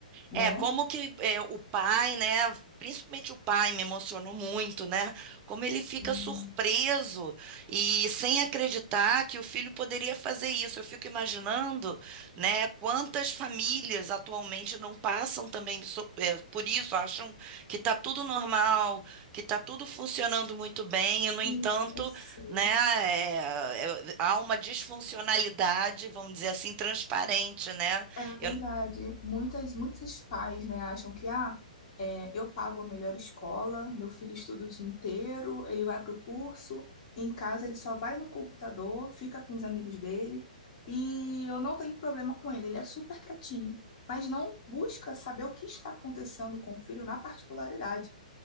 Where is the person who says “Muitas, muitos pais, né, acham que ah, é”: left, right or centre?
Left